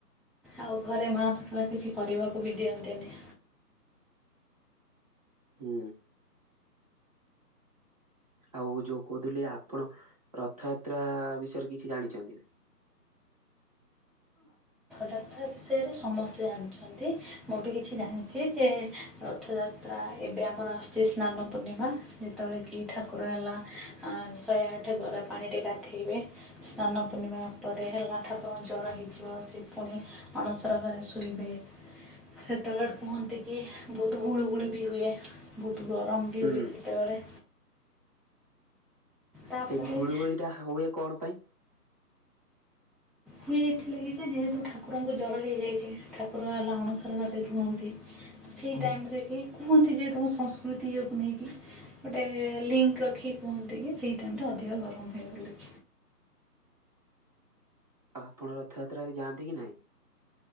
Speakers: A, in the centre; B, on the right (about 25°).
A: ଆଉ ଘରେ ମା ବାପା କିଛି କରିବାକୁ ବି ଦିଅନ୍ତିନି।
B: ହୁଁ। ଆଉ ଯୋଉ କହୁଥିଲେ ଆପଣ ରଥଯାତ୍ରା ବିଷୟରେ କିଛି ଜାଣିଛନ୍ତି?
A: ଯାତ୍ରା ବିଷୟରେ ସମସ୍ତେ ଜାଣିଛ ନ୍ତି ମୁଁ ବି କିଛି ଜାଣିଛି ଯେ ରଥଯାତ୍ରା ଏବେ ଆମର ଆସୁଛି ସ୍ନାନ ପୂର୍ଣ୍ଣିମା। ଯେତେବେଳେ କି ଠାକୁର ହେଲା ଶହେ ଆଠ ଗରା ପାଣିରେ ଗାଧେଇବେ। ସ୍ନାନ ପୂର୍ଣ୍ଣିମା ପରେ ହେଲା ଠାକୁରଙ୍କ ଜଳ ହେଇଯିବ ସେ ପୁଣି ଅଣସର ଘରେ ଶୋଇବେ। ସେତେବେଳେ କୁହନ୍ତି କି ବହୁତ ଗୁଳୁଗୁଳିୁ ବି ହୁଏ ବହୁତ ଗରମ ବି
B: ହୁଁ
A: ହୁଏ ସେତେବେଳେ। ତାପରେ
B: ସେ ଗୁଳିଗୁଳି ଟା ହୁଏ କଣ ପାଇଁ?
A: ହୁଏ ଏଇଥିଲାଗି ଯେ ଯେହେତୁ ଠାକୁରଙ୍କୁ ଜର ହେଇଯାଇଛି। ଠାକୁର ହେଲା ଅଣସର ଘରେ ରୁହନ୍ତି। ସେଇ ଟାଇମ୍ ରେ କି କୁହନ୍ତି ଯେ ତୁମ ସଂସ୍କୃତି ଇଏକୁ ନେଇକି ଗୋଟେ ଲିଙ୍କ୍ ରଖିକି କୁହନ୍ତି କି ସେଇ ଟାଇମ୍ ରେ ଅଧିକ ଗରମ ହୁଏ ବୋଲି।
B: ଆଉ ଆପଣ ରଥଯାତ୍ରାରେ ଯାଆନ୍ତି କି ନାହିଁ?